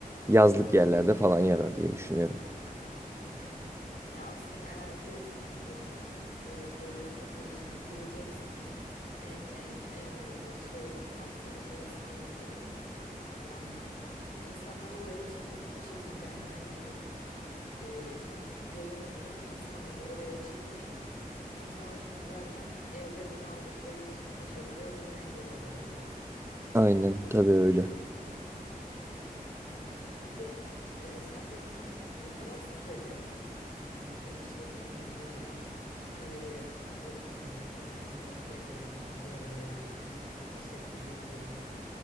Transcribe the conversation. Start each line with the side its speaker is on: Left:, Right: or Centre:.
Right: Yazlık yerlerde falan yarar diye düşünüyorum.
Left: hmm. Ya aslında eğer diyorsan ki e, böyle kafe işine gireceksen en en en önemli şey aslında insanların yani insanları oraya çekmek bir şekilde herhangi bir e, bir yolunu bulup insanları oraya çekmek. İnsanlar çünkü zaten evde bunaldıkları için dışarıya oturmaya geliyorlar diyorsun.
Right: Aynen tabii öyle.
Left: Anladım. Peki e, sence bunu ne kadar sürede yani bu işletmeye yatıracağım parayı geri kazanırım yani amorti ederim diyorlar herhalde işletme sektöründe.